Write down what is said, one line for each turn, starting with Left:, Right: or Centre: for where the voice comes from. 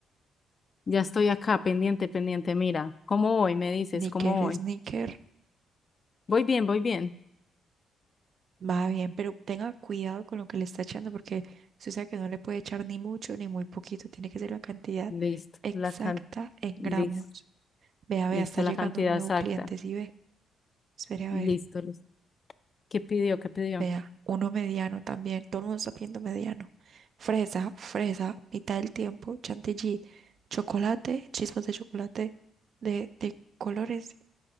Left: ya estoy acá, pendiente, pendiente. Mira, ¿cómo voy? Me dices,
Right: Snicker,
Left: ¿cómo voy?
Right: snicker.
Left: Voy bien, voy bien.
Right: Va bien, pero tenga cuidado con lo que le está echando porque usted sabe que no le puede echar ni mucho ni muy poquito, tiene que ser la cantidad
Left: Listo,
Right: exacta
Left: la can...
Right: en
Left: listo,
Right: gramos. Vea,
Left: listo,
Right: vea, está llegando
Left: la cantidad
Right: un nuevo
Left: exacta.
Right: cliente, sí ve. Espere a
Left: Listo,
Right: ver,
Left: listo. ¿Qué pidió? ¿Qué pidió?
Right: vea, uno mediano también, todo el mundo está pidiendo mediano. Fresa, fresa, mitad del tiempo, chantilly, chocolate, chispas de chocolate de, de colores,